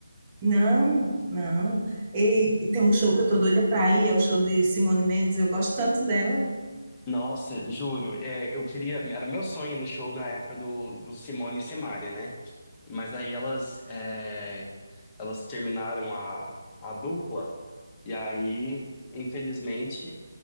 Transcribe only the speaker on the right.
Não, não. E tem um show que eu tô doida pra ir, é o show de Simone Mendes, eu gosto tanto dela.